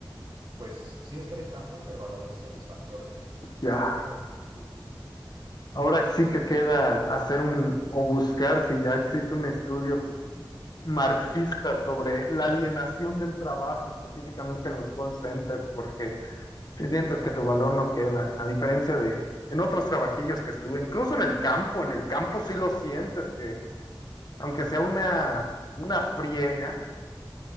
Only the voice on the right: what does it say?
pues sí estresante, pero a la vez satisfactoria.
Yo no, sí, sí, sí.